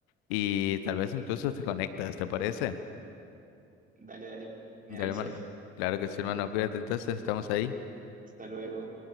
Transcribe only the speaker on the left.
Y tal vez incluso te conectas, ¿te parece?
Dale,
hermano. Claro que sí, hermano. Cuídate entonces, estamos ahí.